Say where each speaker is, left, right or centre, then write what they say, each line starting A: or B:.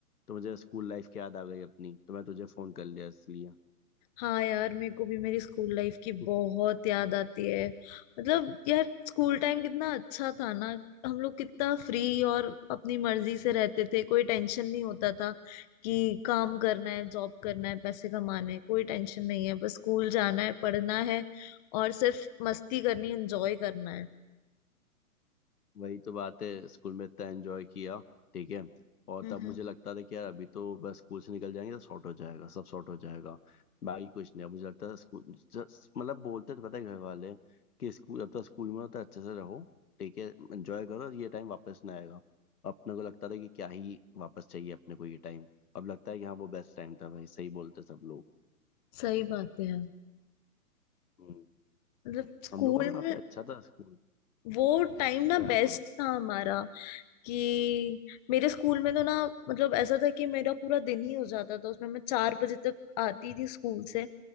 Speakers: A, on the left; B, on the left.
A: तो मुझे स्कूल लाइफ की याद आ गई अपनी तो मैं तुझे फोन कर लिया इसलिए
B: हाँ यार मेरे को भी मेरी स्कूल लाइफ की
A: <laughs>
B: बहुत याद आती है मतलब यार स्कूल टाइम कितना अच्छा था ना हम लोग कितना फ्री और अपनी मर्जी से रहते थे कोई टेंशन नहीं होता था कि काम करना है जॉब करना है पैसे कमाने हैं, कोई टेंशन नहीं है बस स्कूल जाना है पढ़ना है और सिर्फ मस्ती करनी एंजॉय करना है
A: वही तो बात है स्कूल में इतना एंजॉय किया ठीक है और
B: हम्म
A: तब
B: हम्म।
A: मुझे लगता था कि यार अभी तो बस स्कूल से निकल जाएंगे तो सॉर्ट हो जाएगा सब सॉर्ट हो जाएगा बाकी कुछ नहीं अब मुझे लगता था स्कूल just- मतलब बोलते तो पता है घर वाले कि स्कूल जब तक स्कूल में हो तो अच्छे से रहो ठीक है एंजॉय करो ये टाइम वापस ना आएगा अपने को लगता था कि क्या ही वापस चाहिए अपने को ये टाइम अब लगता है कि हाँ वो बेस्ट टाइम था भाई सही बोलते सब लोग
B: सही बात है यार
A: हम्म,
B: मतलब स्कूल
A: हम लोग का तो काफी
B: में
A: अच्छा था स्कूल
B: वो टाइम ना
A: अरे आप
B: बेस्ट
A: बोलो
B: था हमारा कि मेरे स्कूल में तो ना मतलब ऐसा था कि मेरा पूरा दिन ही हो जाता था उसमें मैं चार बजे तक आती थी स्कूल से